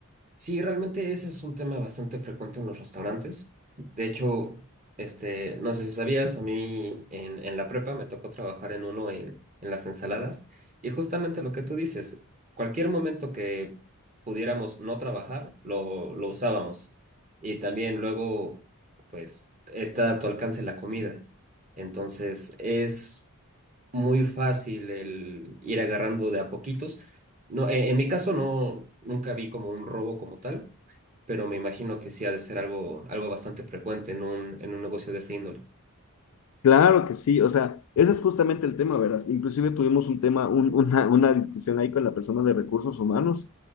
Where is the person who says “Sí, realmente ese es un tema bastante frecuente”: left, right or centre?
Right